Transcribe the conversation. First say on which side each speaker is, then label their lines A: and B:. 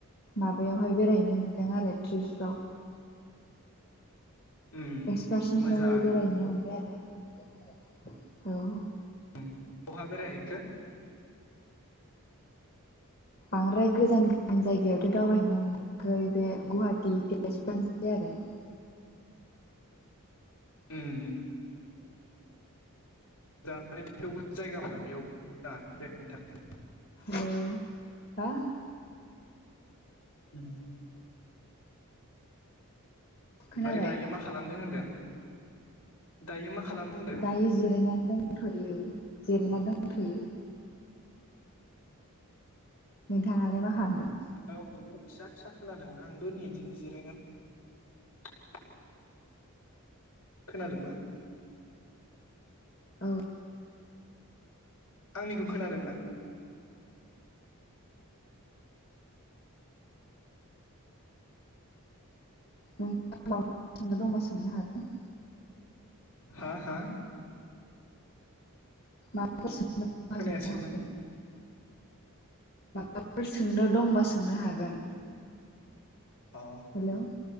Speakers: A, on the left; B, on the left.
A: माबायावहाय बेरायहैनो मोनदों आरो त्रिपसफ्राव
B: उम
A: एक्सकारसनफ्रावहाय
B: मोजाङानो
A: बेरायहैनो मोनबाय आरो औ।
B: उम बहा बेरायहैखो।
A: बांद्राय गोजान गोजान जायगायावथ' दावबायहैनो मोनाखै बे गुवाहाटी तेज <unintelligible> आरो। <unintelligible>
B: ओम ओम। मोजाङानो थेवबो जायगाफ्रा बेयावबो मोजाङ बेरायनो थाखाय
A: औ हा।
B: ओम। ओमफ्राय
A: खोनाबाय
B: दायो मा खालामदों होनदों दायो मा खालामदों होनदों
A: दायो जिरायनानै दंथ'यो जिरायनानै दंथ'यो।
B: ओम।
A: नोंथाङालाय मा खालामदों?
B: गावखौनो फिसा फिसा खोनादों आंबो नैदिनो जिरायनानै दंथ'यो। खोनादोंना?
A: औ।
B: आंनिखौ खोनादोंना?
A: <unintelligible> सोंनो दंबा सोंनो हागोन।
B: हा हा।
A: माबाफोर सेंनो। <unintelligible>
B: खोनायासैमोन
A: माबाफोर सोंनो दंबा सोंनो हागोन।
B: अ
A: हेलौ